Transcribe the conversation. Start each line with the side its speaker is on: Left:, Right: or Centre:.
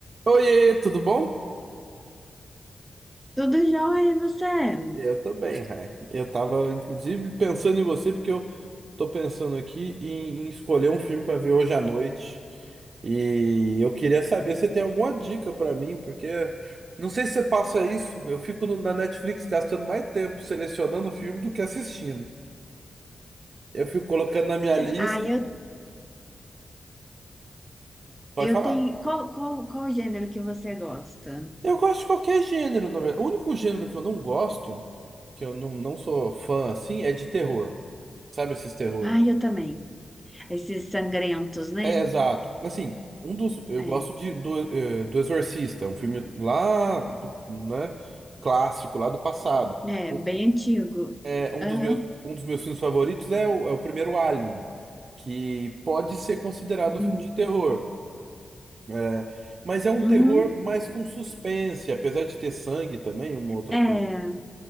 Right: Oiê, tudo bom?
Centre: Tudo jóia, e você?
Right: Eu tô bem, Rai. Eu tava, inclusive, pensando em você, porque eu tô pensando aqui em, em escolher um filme pra ver hoje à noite. E eu queria saber se tem alguma dica pra mim, porque não sei se você passa isso. Eu fico no- na Netflix gastando mais tempo selecionando o filme do que assistindo. Eu fico colocando na minha lista.
Centre: Ah, eu,
Right: Pode
Centre: eu
Right: falar.
Centre: tenho. Qual, qual, qual o gênero que você gosta?
Right: Eu gosto de qualquer gênero, na verdade. O único gênero que eu não gosto, que eu não, não sou fã assim, é de terror. Sabe esses terror?
Centre: Ah, eu também. Esses sangrentos, né?
Right: É, exato. Assim, um dos. Eu
Centre: É,
Right: gosto de, do, eh, do Exorcista, é um filme lá do, né, clássico, lá do passado.
Centre: é
Right: Um,
Centre: bem antigo.
Right: é, um
Centre: Aham.
Right: dos meus, um dos meus filmes favoritos é o, é o primeiro Alien, que pode ser considerado um
Centre: Hum.
Right: filme de terror. É, mas é um
Centre: Uhum.
Right: terror mais com suspense, apesar de ter sangue também, uma outra
Centre: É.
Right: coisa.